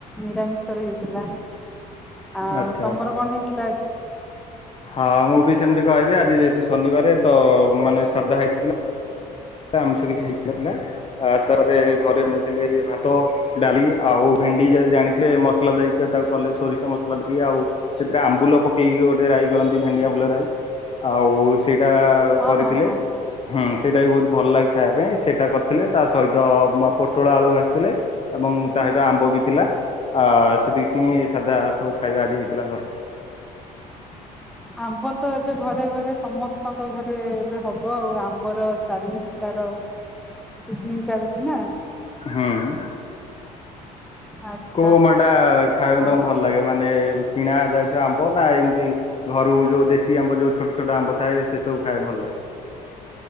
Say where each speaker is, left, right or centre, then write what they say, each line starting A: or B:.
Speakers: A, in the centre; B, on the left.
A: ନିରାମିଷରେ ହେଇଥିଲା। ଆଉ
B: ଆଛା
A: ତମର
B: ଆଛା,
A: କଣ ହେଇଥିଲା ଆଜି?
B: ହଁ ମୁଁ ବି ସେମତି କହିବେ ଆଜି ଯେହେତୁ ଶନିବାର ତ ମାନେ ସାଧା ହେଇଥିଲା। ଆମିଷ କିଛି ହେଇକ ନଥିଲା ଆ ସେପରେ ଘରେ ବ ନେଇେଇଥିଲେ ଭାତ ଡାଲି ଆଉ ଭେଣ୍ଡି, ଜାଣିଥିଲେ ମସଲା ଦେଇକି ତାକୁ କଲେ ସୋରିଷ ମସଲା ଦେଇ, ଆଉ ସେଥିରେ ଆମ୍ବୁଲ ପକେଇକି ଗୋଟେ କରନ୍ତି, ଭେଣ୍ଡି ଆମ୍ବୁଲ ରାଇ, ଆଉ ସେଇଟା
A: ହଁ
B: କରିଥିଲେ
A: ହଁ ହଁ ହଁ
B: ସେଇଟା ବି ବହୁତ ଭଲ ଲାଗେ ଖାଇବା ପାଇଁ, ସେଇଟା କରିଥିଲେ ତା ସହିତ ପୋଟଳ ଆଳୁ ଭାଜିଥିଲେ ଏବଂ ତା ସହିତ ଆମ୍ବ ବି ଥିଲା ଆ ସେତିକି ସି ସାଧା ସବୁ ଖାଇବା ଆଜି ହେଇଥିଲା ଘରେ
A: <inaudible> ଆମ୍ବ ତ ଏବେ ଘରେ ଘରେ, ସମସ୍ତଙ୍କ ଘରେ, ଏବେ ହବ ଆଉ ଆମ୍ବର ଚାଲିଛି ତାର ସିଜିନି ଚାଲିଛି ନା,
B: ହଁ
A: ଆଚ୍ଛା
B: କୋଉ ଅମା ଟା ଖାଇବା
A: ହଁ
B: ପାଇଁ ତମକୁ ଭଲ ଲାଗେ, ମାନେ କିଣା ଯାଇଥିବା ଆମ୍ବ ନା ଏମିତି ଘରୁ ଯୋଉ ଦେଶୀ ଆମ୍ବ ଯୋଉ ଛୋଟ ଛୋଟ ଆମ୍ବ ଥାଏ, ସେ ସବୁ ଖାଇବା ଭଲ ଲାଗେ।